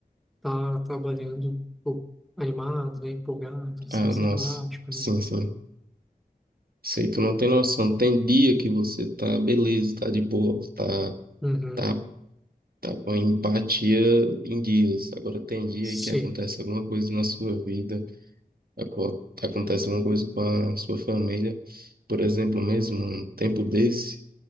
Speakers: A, in the centre; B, on the right.
A: tá trabalhando pô, animado, né? Empolgado, sendo
B: Ah,
A: simpático,
B: nossa,
A: né?
B: sim, sim. Sei, tu não tem noção. Tem dia que você tá beleza, tá de boa, tá,
A: Uhum,
B: tá, tá com a empatia em dias. Agora tem dia
A: sim.
B: aí que acontece alguma coisa na sua vida. aco- Acontece alguma coisa com a sua família. Por exemplo, mesmo um tempo desse,